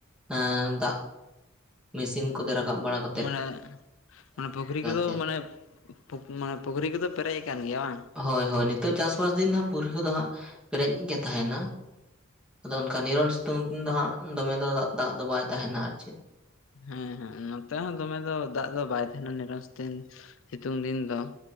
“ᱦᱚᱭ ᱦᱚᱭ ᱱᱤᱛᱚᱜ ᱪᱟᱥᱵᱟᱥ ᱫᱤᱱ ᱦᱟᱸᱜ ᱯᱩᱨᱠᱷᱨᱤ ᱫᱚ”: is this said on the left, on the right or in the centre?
Centre